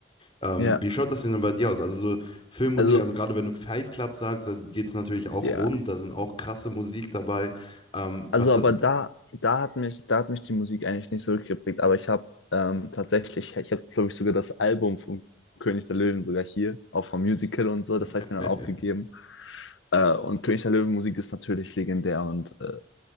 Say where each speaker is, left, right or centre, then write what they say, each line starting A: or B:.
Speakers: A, on the left (about 30°); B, on the left (about 85°).
A: Ähm,
B: ja.
A: wie schaut das denn dann bei dir aus? Also so Filmmusik,
B: Also,
A: also gerade wenn du Fight Club sagst, dann geht es natürlich auch
B: ja.
A: rund, da sind auch krasse Musik dabei. Ähm,
B: Also,
A: was
B: aber
A: hat...
B: da, da hat mich, da hat mich die Musik eigentlich nicht so geprägt. Aber ich habe ähm, tatsächlich, ich habe, glaube ich, sogar das Album von König der Löwen sogar hier, auch vom Musical und so,
A: <laughs>
B: das habe ich mir dann auch gegeben. Äh, und König der Löwen Musik ist natürlich legendär und äh,